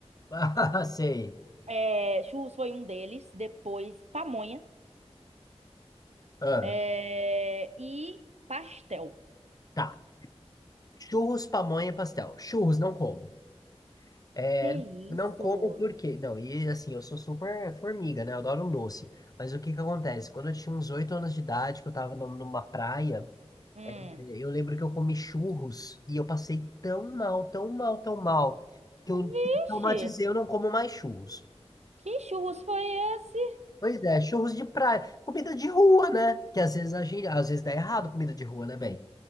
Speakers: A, on the left (about 35°); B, on the right (about 80°).
A: <laughs> sei.
B: É, churros foi um deles. Depois, pamonha.
A: Ah,
B: é, e pastel.
A: tá. Churros, pamonha e pastel. Churros, não como. É,
B: Que isso?
A: não como porque... Não, e assim, eu sou super formiga, né? Eu adoro um doce. Mas o que que acontece? Quando eu tinha uns oito anos de idade, que eu tava num- numa praia...
B: Hum.
A: É, Eu lembro que eu comi churros e eu passei tão mal, tão mal, tão mal, que eu,
B: Vixe,
A: que eu traumatizei, eu não como mais churros.
B: que churros foi esse?
A: Pois é, churros de praia, comida de rua, né? Que às vezes a gente, às vezes dá errado comida de rua, né, bem?